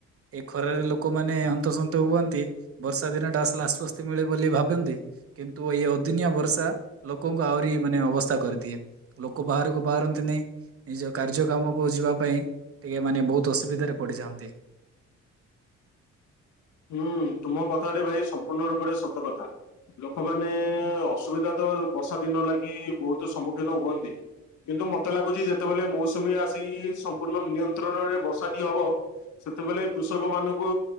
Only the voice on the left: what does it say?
ହୁଁ ତୁମ କଥାଟେ ଭାଇ ସମ୍ପୂର୍ଣ୍ଣ ରୂପରେ ସତ କଥା। ଲୋକମାନେ ଅସୁବିଧାତ ବର୍ଷା ଦିନ ଲାଗି ବହୁତ୍ ସମ୍ମୁଖୀନ ହୁଅନ୍ତି। କିନ୍ତୁ ମତେ ଲାଗୁଚି ଯେତେବେଳେ ମୌସୁମୀ ଆସିକି ସମ୍ପୂର୍ଣ୍ଣ ନିୟନ୍ତ୍ରଣରେ ବର୍ଷାଟି ହବ ସେତେବେଳେ କୃଷକ ମାନଙ୍କୁ